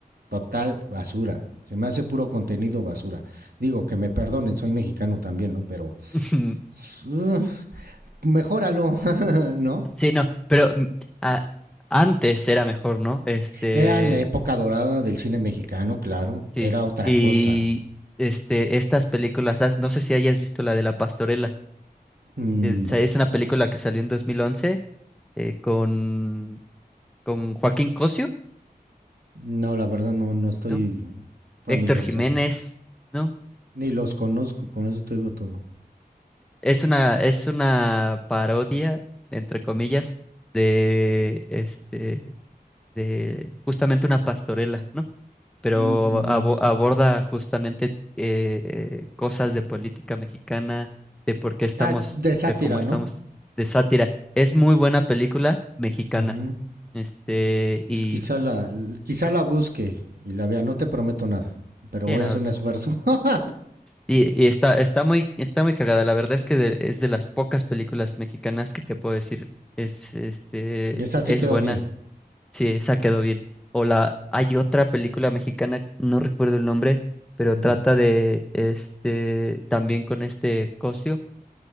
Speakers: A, on the right; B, in the centre.
A: total basura. Se me hace puro contenido basura. Digo, que me perdonen, soy mexicano también, ¿no? Pero
B: <laughs>
A: uh, mejóralo, <laughs> ¿no?
B: Sí, no, pero mm, a- antes era mejor, ¿no? Este,
A: Era en la época dorada del cine mexicano, claro.
B: sí.
A: Era otra
B: Y
A: cosa.
B: este, estas películas, has- no sé si hayas visto la de La Pastorela.
A: Mm,
B: Es,
A: no.
B: es una película que salió en 2011 eh, con, con Joaquín Cosio.
A: no, la verdad no, no estoy
B: no
A: familiarizado.
B: Héctor Jiménez, ¿no?
A: Ni los conozco, con eso te digo todo.
B: Es una, es una parodia, entre comillas, de este, de justamente una pastorela, ¿no? Pero
A: Mm, mm.
B: abo- aborda justamente eh, eh, cosas de política mexicana, de por qué estamos
A: Ah, es de sátira,
B: eh, como estamos,
A: ¿no?
B: de sátira. Es muy buena película mexicana.
A: -hmm.
B: Este,
A: Pues
B: y
A: quizá, la, quizá la busque y la vea. No te prometo nada, pero
B: sí,
A: voy
B: no,
A: a hacer un esfuerzo. <laughs>
B: Y, y está, está muy, está muy cagada. La verdad es que de- es de las pocas películas mexicanas que te puedo decir es, este,
A: Esa sí
B: es
A: quedó
B: buena.
A: bien.
B: Sí, esa quedó bien. O la, hay otra película mexicana, no recuerdo el nombre, pero
A: -hmm.
B: trata de, este, también con este Cosio